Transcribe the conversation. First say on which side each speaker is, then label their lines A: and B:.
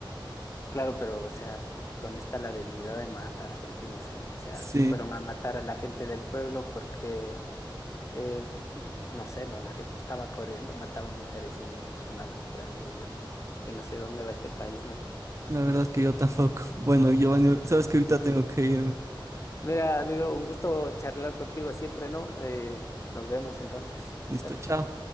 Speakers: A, on the left (about 35°); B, on the right (about 35°).
A: claro, pero, o sea, ¿dónde está la debilidad de matar gente inocente? O sea,
B: Sí,
A: fueron a matar a la gente del pueblo porque, eh, no sé, no, la gente estaba corriendo, mataban mujeres y niños, una locura, amigo, yo no, yo no sé dónde va este país, ¿no?
B: la verdad es que yo tampoco. <laughs> Bueno, Giovanni, sabes que ahorita tengo que irme.
A: Mira, amigo, un gusto charlar contigo siempre, ¿no? Eh, nos vemos entonces,
B: Listo,
A: suerte.
B: chao.